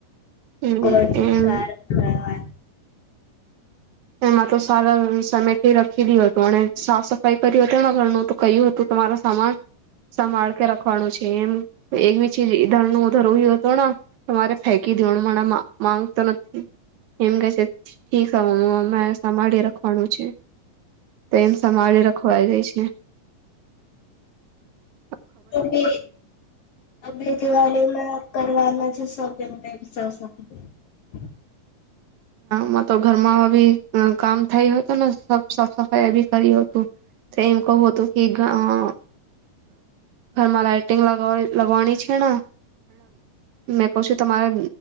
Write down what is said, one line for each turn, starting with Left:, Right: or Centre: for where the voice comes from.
Right: હમ
Left: કોચ <unintelligible>
Right: એમ એમાં તો સારા સમેટી રાખી દીયો તું અને સાફ સફાઈ કરીયો હતો ને ઘરનું તો કહ્યું હતું તમારો સામાન સમાળ કે રાખવાનું છે એમ એક <unintelligible> હત ને તમારે ફેંકી દવાનું મને માં માંગતો નથી એમ કે છે ઠીક મે સાભાળી રાખવાનો છે. તો એમ સમાળી રખવા ગઈ છે. કે
Left: ઓમે અમે જેવા રેલા કરવાના છે શો તેમને <unintelligible>
Right: માં તો ઘરમાં બી કામ થય હો હત ને સાફ સફાઈ એ બી કરી હતું એમ કહું હતું કે ગા અ ઘરમાં લાઈટિંગ લગ લગવાની છે ને મેં કહ છું તમારે